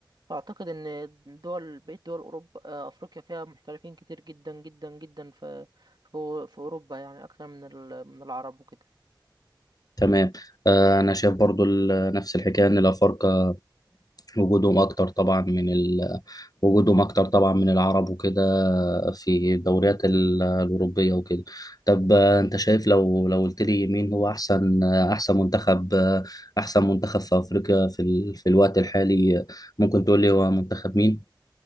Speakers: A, on the right; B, on the left.
A: فاعتقد ان دول بقية دول اوروبا آه، افريقيا فيها محترفين كتير جدا جدا جدا في في في اوروبا يعني اكتر من ال- من العرب وكده
B: تمام آه، انا شايف برضو ال- نفس الحكاية ان الافارقة وجودهم اكتر طبعا من ال... وجودهم اكتر طبعا من العرب وكده في الدوريات ال- الاوروبية وكده طب آه، انت شايف لو لو قلت لي مين هو احسن آه، احسن منتخب آه، احسن منتخب في افريقيا في ال... في الوقت الحالي آه، ممكن تقول لي هو منتخب مين